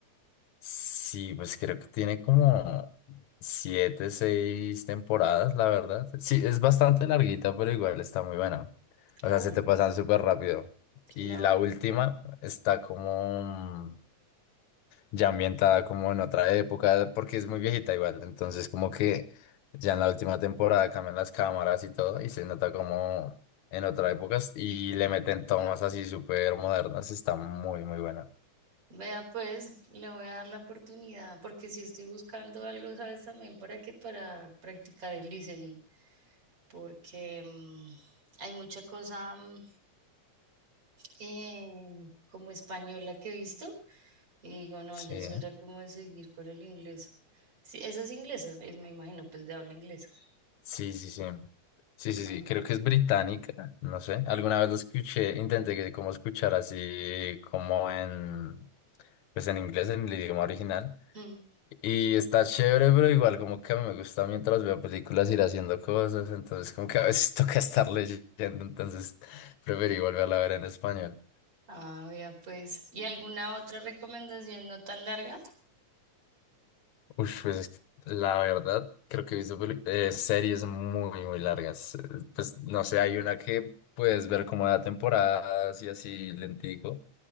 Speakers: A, on the left; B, on the right.
A: Sí, pues creo que tiene como siete, seis temporadas, la verdad. Sí, es bastante larguita, pero igual está muy buena.
B: Ah,
A: O sea, se
B: bueno,
A: te pasan súper rápido. Y
B: lo,
A: la última está como... ya ambientada como en otra época, porque es muy viejita igual. Entonces, como que ya en la última temporada cambian las cámaras y todo, y se nota como en otra época y le meten tomas así súper modernas. Está muy, muy buena.
B: vea pues, le voy a dar la oportunidad, porque si estoy buscando algo, ¿sabes también para qué? Para practicar el listening, porque mm, hay mucha cosa. mm, eh, como española que he visto. Y digo, no,
A: Sí,
B: ya es
A: ¿eh?
B: hora como de seguir con el inglés. Sí, esa es inglesa, es, me imagino, pues de habla inglesa.
A: sí, sí, sí. Sí, sí,
B: Aguanta.
A: sí, creo que es británica, no sé. Alguna vez lo escuché, intenté que como escuchar así como en, pues en inglés, en el idioma original,
B: Mm.
A: Y está chévere, pero igual como que a mí me gusta mientras veo películas ir haciendo cosas, entonces como que a veces <laughs> toca estar leyendo, entonces preferí volverla a ver en español.
B: Ah, ya pues. ¿Y alguna otra recomendación no tan larga?
A: Uf, pues es que la verdad, creo que he visto peli- eh, series muy, muy largas. Eh, Pues no sé, hay una que puedes ver como de temporadas y así lentico.